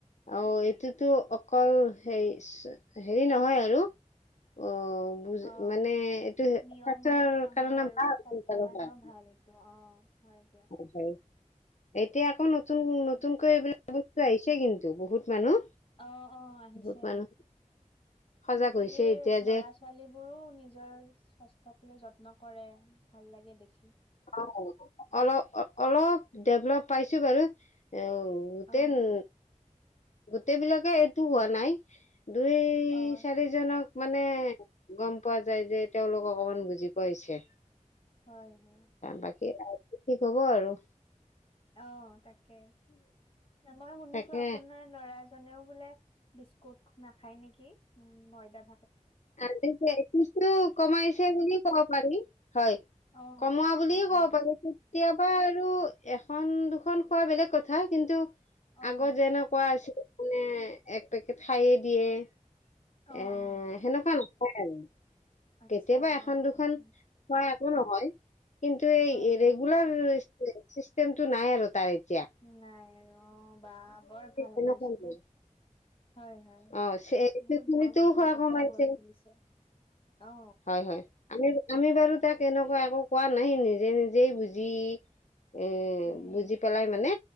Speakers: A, on the left; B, on the left.
A: অ', এইটোতো অকল হে চ হেৰি নহয় আৰু। অ'। বুজ
B: অ',
A: মানে এইটো
B: নিয়ম
A: সেটোৰ
B: বুলি নহয়
A: কাৰণে
B: আৰু
A: <unintelligible>
B: স্বাস্থ্যৰ কাৰণেও ভাল এইটো অ', দিয়ক
A: হয়, হয়, এতিয়া আকৌ নতুন
B: ঠিকে কৈছে।
A: নতুনকৈ এইবিল বস্তু আহিছে কিন্তু বহুত মানুহ।
B: অ', অ', আহিছে।
A: বহুত মানুহ সজাগ
B: আজিকালিৰ
A: হৈছে এতিয়া
B: ল'ৰা-ছোৱালীবোৰো
A: যে
B: নিজৰ স্বাস্থ্যক লৈ যত নকৰে, ভাল লাগে দেখি।
A: অ', অলপ অলপ ডেভলপ পাইছোঁ বাৰু। অ', গোটেই
B: অ',
A: উ, গোটেইবিলাকে এইটো হোৱা নাই। দুই
B: অ',
A: চাৰিজনক মানে গম পোৱা যায় যে তেওঁলোক অকমান বুজি পোৱা হৈছে।
B: হয়, হয়।
A: বাকী ঠিক হ'ব আৰু।
B: অ' তাকে মই শুনিছোঁ
A: তাকে
B: আপোনাৰ ল'ৰা জনেও বোলে বিস্কুত নাখায় নেকি উম, ময়দাক
A: ভাল দে হৈছে বিস্কুট কমাইছে বুলিয়ে ক'ব পাৰি হয়।
B: অ',
A: কমোৱা বুলি
B: উম, উম,
A: ক'ব পাৰিছো। কেতিয়াবা আৰু এখন দুখন খোৱা বেলেগ কথা কিন্তু।
B: অ',
A: আগত যেনেকুৱা আছিল মানে এক পেকেট খাইয়ে দিয়ে এ
B: অ', অ'।
A: সেনেকুৱা ন <unintelligible> আৰু।
B: আচ্ছা
A: কেতিয়াবা এখন দুখন
B: অ',
A: <unintelligible> একো নহয়। কিন্তু এই
B: হয়, হয়।
A: ৰেগুলাৰ চিষ্টেমটো নাই আৰু তাইৰ।
B: নাই ৰ, বা বৰ ভাল
A: এনেকুৱা
B: কৰিছে
A: নাই
B: দেই। হয় হয়
A: অ
B: বহুত
A: খিনিতো
B: ভাল অভ্যাস
A: খোৱা
B: এটা
A: কমাইছে
B: গৰ কৰি তুলিছে অ
A: হয় হয় আমি আমি বাৰু তাক এনেকুৱা একো কোৱা নাই নিজে নিজেই বুজি অ
B: উম,
A: বুজি পেলাই মানে